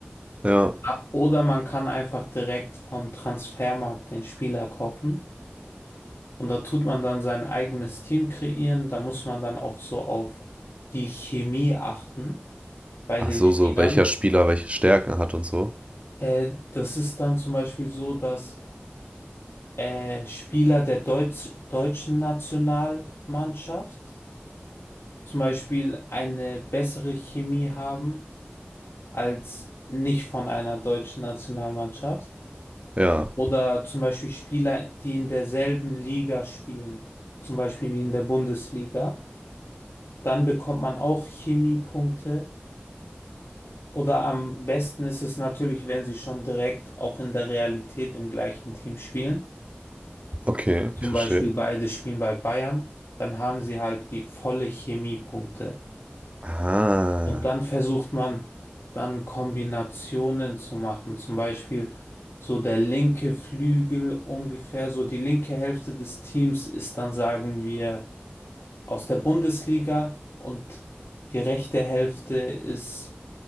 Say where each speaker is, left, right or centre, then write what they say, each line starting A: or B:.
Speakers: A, on the right (about 30°); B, on the left (about 90°).
A: ja.
B: Ah, Oder man kann einfach direkt vom Transfermarkt den Spieler kaufen. Und da tut man dann sein eigenes Team kreieren. Da muss man dann auch so auf die Chemie achten bei
A: Ach
B: den
A: so,
B: Spielern.
A: so welcher Spieler welche Stärken hat und so?
B: Äh, das ist dann zum Beispiel so, dass äh, Spieler der Deutsch deutschen Nationalmannschaft zum Beispiel eine bessere Chemie haben als nicht von einer deutschen Nationalmannschaft.
A: Ja,
B: Oder zum Beispiel Spieler, die in derselben Liga spielen, zum Beispiel wie in der Bundesliga. Dann bekommt man auch Chemiepunkte. Oder am besten ist es natürlich, wenn sie schon direkt auch in der Realität im gleichen Team spielen.
A: okay,
B: Zum
A: ich verstehe.
B: Beispiel beide spielen bei Bayern. Dann haben sie halt die volle Chemiepunkte.
A: Ah,
B: Und dann versucht man dann Kombinationen zu machen. Zum Beispiel so der linke Flügel ungefähr, so die linke Hälfte des Teams ist dann, sagen wir, aus der Bundesliga und die rechte Hälfte ist